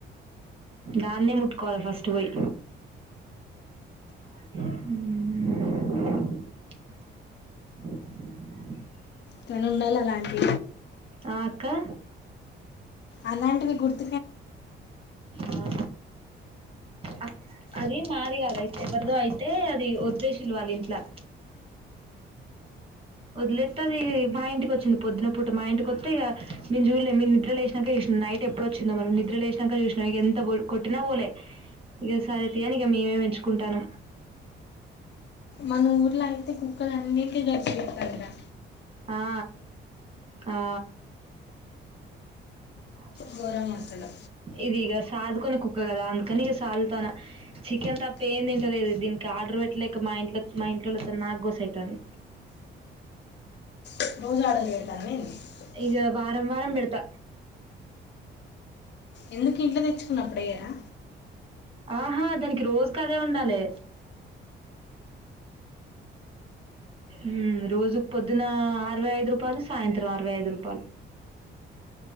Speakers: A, on the right; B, on the left.
A: గాని ముడి వెతకాలి ఫస్ట్ పోయి హూ హూ దు
B: తను ఉందళ అలాంటి
A: ఆ అక్కా
B: అలాంటివి గుర్తు
A: ఆ అక్ అది మారి కాదు అయితే ఎవరిదో అయితే అది వద్దేశలువాలి ఇంట్లో వదిలేస్తతే అది మా ఇంటికి వచ్చింది పొద్దున పూట మా ఇంటికిొస్తే ఇక మేము చూడలే మీ నిద్ర లే వసినాక చూసినాం నైట్ ఎప్పుడు వచ్చిందో మనం నిద్ర లేసినాక చూసినాం ఇక ఎంత బ కొట్టినా పోలే ఇక సరే అతే అని ఇక మేమే ఎంచుకుంటాం
B: మన ఊర్లో అయితే కుక్కలు అన్నిక గర్చు పెడుతుందిరా
A: ఆ ఆ అచ్
B: ఘోరం అసలు
A: ఇది ఇగ సాదుకొని కుక్క కదా అందుకని ఇక సాదుతాను చికెన్ తపయిందిింటలేదు దీనికి ఆర్డర్ పెట్టలేక మా ఇంట్లో మా ఇంట్లో నాకు గోస అవుతుంది
B: <inaudible>
A: ఇగ వారం వారం పెడుత
B: ఎందుకు ఇంట్లో తెచ్చుకున్నప్పుడు అయ్యారా
A: ఆహా దానికి రోజు క అదే ఉండాలి ఊ రోజుకు పొద్దున అరవై యిదు రూపాయలు సాయంత్రం అరవై ఐదు రూపాయలు